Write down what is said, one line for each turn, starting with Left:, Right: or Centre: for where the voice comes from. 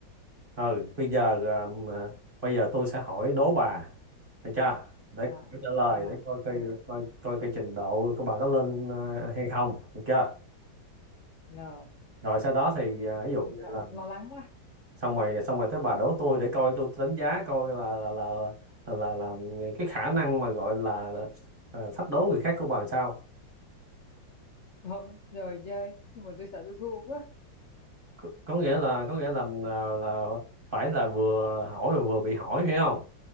Right: ừ bây giờ ờ, mà- bây giờ tôi sẽ hỏi đố bà được chưa để
Left: Là,
Right: để trả lời
Left: rồi,
Right: để coi coi
Left: chờ,
Right: coi coi cái trình độ của bà có lên ờ, hay không được chưa
Left: nờ.
Right: rồi sau đó thì à, ví dụ như
Left: Sợ,
Right: là
Left: lo lắng quá.
Right: xong rồi xong rồi tới bà đố tôi để coi tôi đánh giá coi là là là là là, là cái khả năng mà gọi là ờ, thách đố người khác của bà làm sao
Left: <laughs> Rồi, rồi chơi. Nhưng mà tôi sợ tôi thua quá.
Right: có, có nghĩa là có nghĩa là là, là phải là vừa hỏi và vừa bị hỏi hiểu không